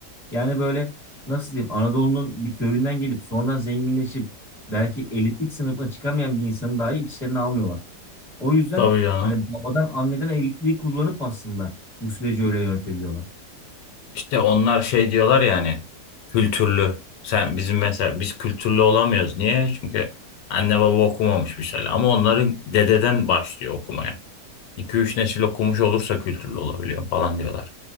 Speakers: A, in the centre; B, on the left.
A: Yani böyle nasıl diyeyim Anadolu'nun bir köyünden gelip sonradan zenginleşip belki elitlik sınıfına çıkamayan bir insanı dahi içlerine almıyorlar. O yüzden
B: Tabii canım.
A: hani babadan anneden elitliği kullanıp aslında bu süreci öyle yönetebiliyorlar.
B: İşte onlar şey diyorlar yani kültürlü. Sen bizim mesela biz kültürlü olamıyoruz. Niye? Çünkü anne baba okumamış bir şeyler. Ama onların dededen başlıyor okumaya. 2 üç nesil okumuş olursa kültürlü olabiliyor falan diyorlar.